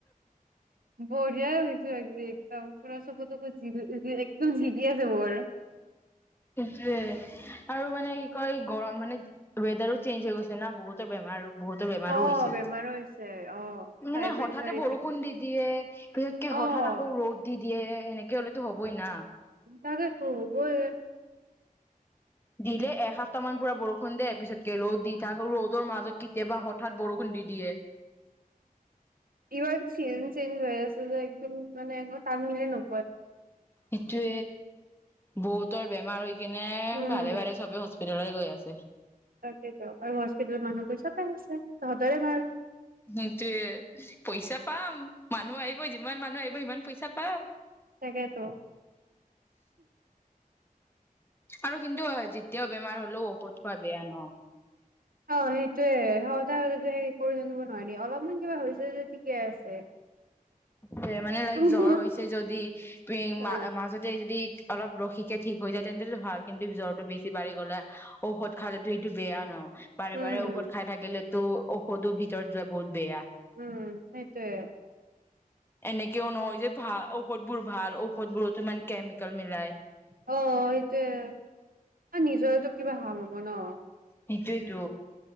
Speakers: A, on the right (about 75°); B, on the left (about 15°).
A: বঢ়িয়া হৈছে আজি। ও চকু-তকু জিগি একদম জিগি আছে ৱৰ্ডত।
B: সেইয়ে আৰু মানে কি কয় গৰম মানে ৱেডাৰো চেঞ্জ হৈ গৈছে না বহুতৰ বেমাৰ আৰু বহুতো বেমাৰো
A: অ'
B: হৈছে
A: বেমাৰো হৈছে অ' হাই
B: মানে
A: প্ৰেচাৰ
B: হঠাতে
A: ইপিনে
B: বৰষুণ দি দিয়ে পিছতকে
A: অ'
B: হঠাৎ আকৌ ৰ'দ দি দিয়ে এনেকে, কিয় লৈ টো হবই না।
A: তাকে টো হবই।
B: দিলে এসপ্তাহ মান পুৰা বৰষুণ দিয় পিছতকে ৰ'দ দি ৰ'দৰ মাজত কেতিয়াবা হঠাৎ বৰষুণ দি দিয়ে
A: ইভন চি চেঞজ হৈ আছে যে একদম মানে এক তান মিল নহ
B: নিচে বহুতৰ বেমাৰ হৈ স কিনে
A: উম,
B: বাৰে বাৰে চবে হস্পি জৰাাই গৈ আছে
A: তটো আৰু কো মানুহ পইচা পাই আছে তহঁতৰে ভাল
B: সেইটোয়ে পইচা পাম মানুহ আহিব যিমান মানুহ আহিব সিমান পইচা পাম
A: তাকেতো
B: আৰু কিন্তু যেতিয়াও বেমাৰ হ'লেও ঔষধ খোৱা বেয়া ন
A: অ সেই সদায় স সে কৰি থাকিব নোৱাৰি অলপমান কিবা হৈছে যে ঠিকে আছে
B: যে মানে লাইক
A: মোৰ
B: জ্বৰ হৈছে যদি
A: হা
B: ম মাজতে যদি অলপ ৰখিকে ঠিক হৈ যায় তেন্তটো ভাল কিন্তু জ্বৰটো বেছি বাঢি গললে ঔষধ খালেতো এইটো বেয়া ন বাৰে
A: উম
B: বাৰে ঔষধ খাই থাকিলে <unintelligible> ঔষধো ভিতৰত যোৱা বহুত বেয়া
A: উম সেইটোৱে
B: এনেকেও নহয় যে ভাল ঔষধবোৰ ভাল ঔষধবোৰতো মান কেমিকেল মিলাই
A: অ সেইটোয়ে নিজৰে কিবা হাৰ্ম হব ন
B: সেইটোয়েইতো